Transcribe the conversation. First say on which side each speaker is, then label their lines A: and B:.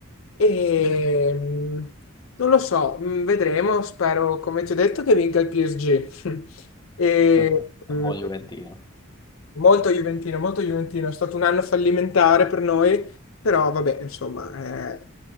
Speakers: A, on the left; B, on the left.
A: E mh, non lo so, mh, vedremo. Spero, come ti ho detto, che vinca il PSG. <laughs> E,
B: <laughs>
A: mh,
B: Un buon Juventino.
A: Molto Juventino, molto Juventino, è stato un anno fallimentare per noi, però vabbè, insomma, eh,